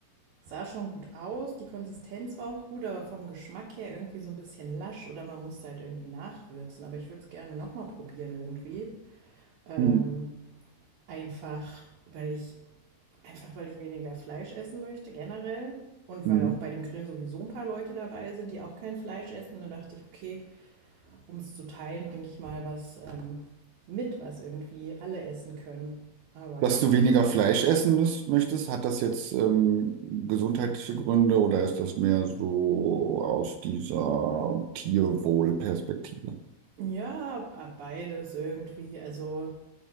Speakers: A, on the right; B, on the right.
A: Sah schon gut aus, die Konsistenz war auch gut, aber vom Geschmack her irgendwie so ein bisschen lasch oder man musste halt irgendwie nachwürzen. Aber ich würde es gerne nochmal probieren irgendwie. Ähm,
B: Hm,
A: einfach, weil ich, einfach weil ich weniger Fleisch essen möchte, generell. Und
B: hm.
A: weil auch bei dem Grillen sowieso ein paar Leute dabei sind, die auch kein Fleisch essen. Dann dachte ich, okay, um es zu teilen, bringe ich mal was ähm, mit, was irgendwie alle essen können. Aber
B: Dass
A: ja, vielleicht
B: du weniger
A: hast du.
B: Fleisch essen müß- möchtest, hat das jetzt ähm, gesundheitliche Gründe oder ist das mehr so aus dieser Tierwohlperspektive?
A: Ja, beides irgendwie. Also